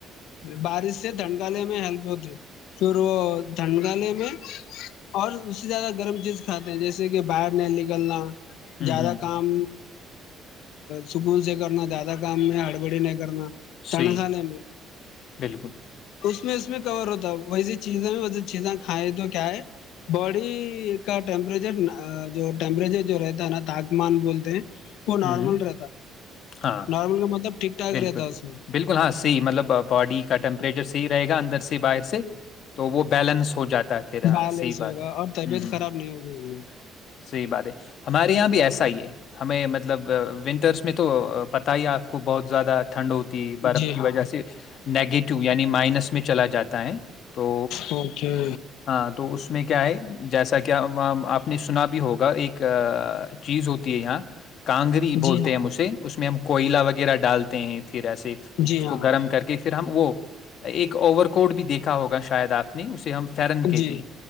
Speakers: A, on the left (about 80°); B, on the left (about 55°).
A: بارش سے دھنکالے میں ہیلپ ہوتی پھر وہ دھن کالے میں اور اس سے زیادہ گرم چیز کھاتے ہیں جیسے کہ باہر نہیں نکلنا
B: ہوں
A: زیادہ
B: ہوں
A: کام سکون سے کرنا زیادہ کام میں ہڑبڑی نہیں کرنا تنخ
B: صحیح
A: لے
B: بالکل
A: اس میں اس میں کور ہوتا <unintelligible> ویسی چیزیں میںسے چیزیں کھائیں تو کیا ہے باڈی کا ٹیمپریچر جو ٹیمپریچر جو رہتا ہے نا تاپمان بولتے ہیں وہ نارمل
B: ہ
A: رہتا ہے۔
B: ہاں
A: نارمل کا مطلب ٹھیک ٹھاک
B: بالکل
A: رہتا ہے اس میں
B: بالکل ہاں صحیح مطلب باڈی کا ٹیمپریچر صحیح رہے گا اندر سے باہر سے تو وہ بیلنس ہو جاتا ہے پھر ہاں
A: بیلنس
B: صحیح بات
A: ہوگا
B: ہے
A: اور طبیعت
B: ہ ہ
A: خراب نہیں ہوگی ان
B: صحی بات ہے ہمارے یہاں بھی ایسا ہی ہے ہماں مطلب ونٹرس میں تو پتا ہی ہے آپ کو بہت زیادہ ا ٹھنڈ ہوتی
A: میں
B: برف
A: جی
B: کی
A: ہاں
B: وجہ سے نگیٹو یعنی مائنس میں چلا جاتا ہے تو
A: اوکے
B: ہاں تو اس میں کیا ہے جیسا کیا آپ نے سنا بھی ہوگا ایک چیز ہوتی ہے یہاں کاںگری بولتے
A: جی ہاں
B: ہیں ہم اسے اس میں ہم کوئلہ وغیرہ ڈالتے ہیں پھر ایسے
A: جی
B: اس کو
A: ہاں جی ہاں
B: گرم کر کے پھر ہم وہ ایک اوور کوٹ بھی دیکھا ہوگا شاید آپ نے اسے ہم فرن کہتے
A: جی
B: ہیں